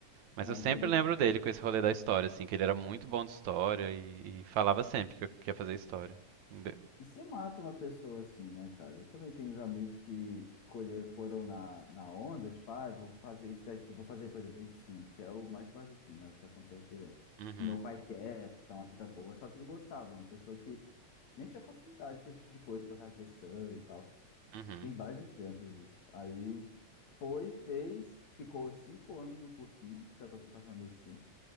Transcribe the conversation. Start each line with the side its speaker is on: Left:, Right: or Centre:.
Right: Mas
Left: ah,
Right: eu sempre
Left: eu tô ligado.
Right: lembro dele com esse rolê da história, assim, que ele era muito bom de história e, e falava sempre que eu queria fazer história. De-
Left: E você mata uma pessoa assim, né, cara? Eu também tenho uns amigos que escolheram, foram na, na onda, tipo, ah, eu vou fazer isso daqui, vou fazer, por exemplo, medicina, que é o mais basiquinho, né? O que acontece direto.
Right: Uhum,
Left: Que meu pai quer, que tá uma vida boa, só que não gostava, uma pessoa que nem tinha facilidade com esse tipo de coisa, gostava de ver sangue e tal.
Right: uhum,
Left: Tem vários exemplos disso. Aí foi, fez, ficou cinco anos no cursinho pra conseguir passar na medicina.